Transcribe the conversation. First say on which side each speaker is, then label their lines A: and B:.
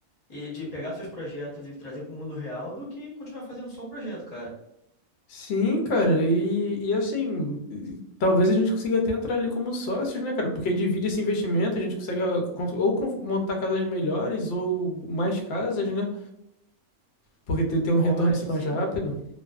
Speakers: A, on the left (about 30°); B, on the left (about 65°).
A: e de pegar seus projetos e trazer para o mundo real do que continuar fazendo só o projeto, cara.
B: Sim, cara, e, e assim, e- talvez a gente consiga até entrar ali como sócios, né, cara? Porque aí divide esse investimento, a gente consegue ah, cons- ou con- montar casas melhores ou mais casas, né? Porque ter, ter um
A: Pode,
B: retorno assim
A: sim.
B: mais rápido.